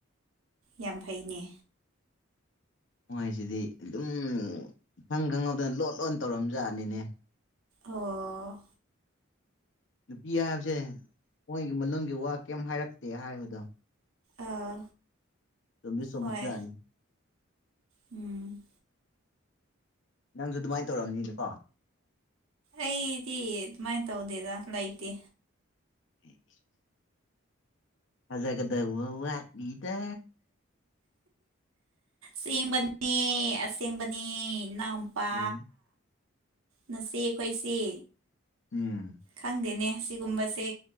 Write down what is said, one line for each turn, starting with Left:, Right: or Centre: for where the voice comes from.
Right: ꯌꯥꯝ ꯐꯩꯅꯦ
Left: ꯃꯣꯏꯖꯤꯗꯤ ꯑꯗꯨꯝ ꯏꯈꯪ ꯈꯪꯍꯧꯗꯅ ꯂꯣꯟ ꯂꯣꯟꯅ ꯇꯧꯔꯝꯖꯥꯠꯅꯤꯅꯦ
Right: ꯑꯣ
Left: ꯅꯨꯄꯤ ꯍꯥꯏꯕꯖꯦ ꯃꯣꯏꯒꯤ ꯃꯅꯨꯡꯒꯤ ꯋꯥ ꯀꯩꯝ ꯍꯥꯏꯔꯛꯇꯦ ꯍꯥꯏꯕꯗꯣ
Right: ꯑꯥ
Left: ꯆꯨꯝꯗꯤ ꯆꯨꯝꯖꯥꯠꯅꯤ
Right: ꯍꯣꯏ ꯎꯝ
Left: ꯅꯪꯖꯨ ꯑꯗꯨꯃꯥꯏꯅ ꯇꯧꯔꯝꯅꯤꯗꯀꯣ
Right: ꯑꯩꯗꯤ ꯑꯗꯨꯃꯥꯏꯅ ꯇꯧꯗꯦꯗ ꯂꯩꯇꯦ
Left: <unintelligible> ꯍꯖꯥꯒꯗꯧꯕ ꯋꯥꯠꯂꯤꯗ
Right: ꯑꯁꯦꯡꯕꯅꯦ ꯑꯁꯦꯡꯕꯅꯦ ꯅꯥꯎ ꯄꯥ
Left: ꯎꯝ
Right: ꯅꯆꯦ ꯑꯩꯈꯣꯏꯁꯦ
Left: ꯎꯝ
Right: ꯈꯪꯗꯦꯅꯦ ꯁꯤꯒꯨꯝꯕꯁꯦ